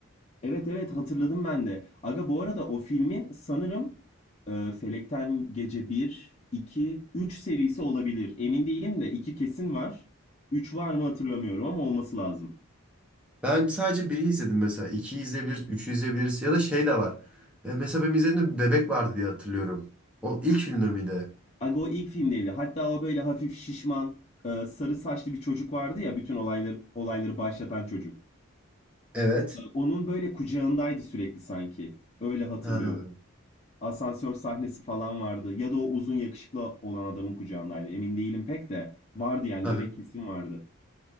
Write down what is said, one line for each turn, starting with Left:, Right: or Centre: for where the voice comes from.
Left: Evet evet hatırladım ben de. Aga bu arada o filmin sanırım e, Felekten Gece bir, 2, 3 serisi olabilir. Emin değilim de 2 kesin var. 3 var mı hatırlamıyorum ama olması lazım.
Centre: Ben sadece biri izledim mesela. İkiyi izleyebiliriz, üçü izleyebiliriz. Ya da şey de var. E, mesela benim izlediğimde bir bebek vardı diye hatırlıyorum. O ilk filmde miydi?
Left: Aga o ilk filmdeydi. Hatta o böyle hafif şişman, e, sarı saçlı bir çocuk vardı ya bütün olayları olayları başlatan çocuk.
Centre: Evet.
Left: E, Onun böyle kucağındaydı sürekli sanki. Öyle hatırlıyorum.
Centre: Ha.
Left: asansör sahnesi falan vardı. Ya da o uzun yakışıklı olan adamın kucağındaydı. Emin değilim pek de. Vardı yani
Centre: ha.
Left: bebek kesin vardı.